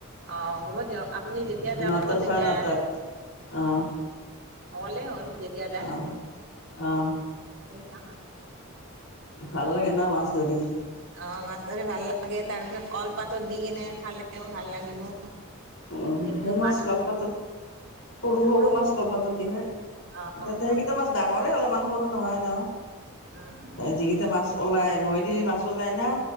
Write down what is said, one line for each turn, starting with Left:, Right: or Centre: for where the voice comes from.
Right: অ হ'ব দিয়ক আপুনি যেতিয়া যাব
Left: নটা
Right: তেতিয়া,
Left: চাৰে নটাত অঁ
Right: অ। অলে হ'ল। যেতিয়া যায়
Left: অঁ অঁ
Right: যামাল
Left: ভাল লাগে ন মাছ ধৰি।
Right: অ মাছ ধৰি ভাল লাগে, তাৰ পিছত কলপাতত দি কিনে খালেও ভাল লাগিব।
Left: উ
Right: সেইটো
Left: সেই মাছ
Right: মাছটো
Left: কলপাতত, সৰু-সৰু
Right: সৰু
Left: মাছ কলপাতত দি হয়,
Right: অ
Left: সেইকেইটা
Right: সৰু উম
Left: মাছ ডাঙৰে অলপমান স নহয় ন,
Right: উম উম
Left: যিকেইটা মাছ ওলাই, মই দিলি মাছ ওলাই না,